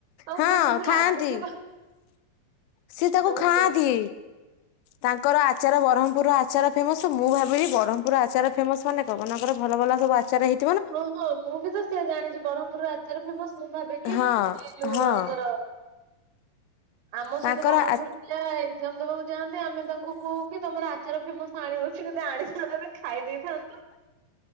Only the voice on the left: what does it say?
ହଁ
ଖାଆନ୍ତି।
ସିଏ
ତାକୁ
ଖାଆନ୍ତି।
ତାଙ୍କର ଆଚାର ବ୍ରହ୍ମପୁର ଆଚାର ଫେମସ ମୁଁ ଭାବିଲି ବ୍ରହ୍ମପୁର ଆଚାର ଫେମସ୍ ମାନେ ପବନଙ୍କର ଭଲ ଭଲ ସବୁ ଆଚାର ହେଇ
ହଁ
ହଁ
ତାଙ୍କର
ଆ